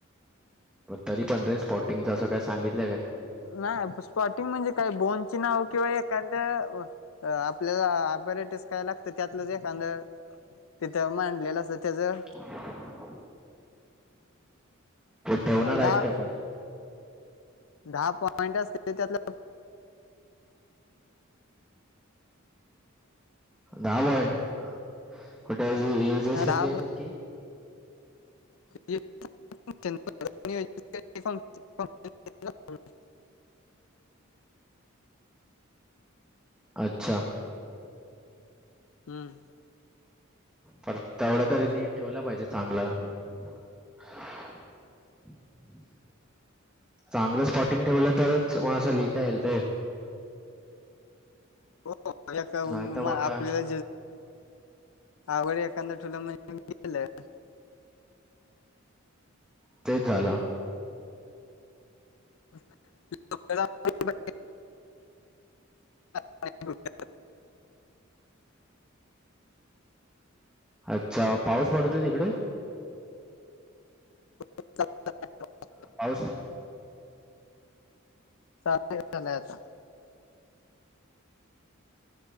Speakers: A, in the centre; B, on the left.
A: तरी पण रे स्पॉटिंगचं असं काय सांगितलं काय?
B: नाही आं स्पॉटिंग म्हणजे काय बोनची नाव किंवा एखादं आपल्याला ऍपरेटीस काय लागतं त्यातलंज एखादं तिथं मांडलेलं असत त्याचं
A: <unintelligible> ठेवणार आहेत
B: दहा
A: काय पर?
B: दहा पॉईंट असते त्यातल
A: दहा पॉइंट कुठे युजेस पण
B: दहा
A: लिहायचेत की
B: <unintelligible>
A: अच्छा
B: <inaudible> हम्म.
A: पर तेवढं तरी नीट ठेवलं पाहिजे चांगल. <unintelligible> चांगलं स्पॉटिंग ठेवलं तरच म असं लिहिता येईल रे.
B: हो
A: नाही तर मग
B: आपल्याला
A: काय
B: <inaudible> <unintelligible>
A: तेच झालं.
B: <unintelligible> गेलं <inaudible>
A: अच्छा पाऊस पडतय तिकडे?
B: <unintelligible>
A: पाऊस?
B: चालू झालंय आता.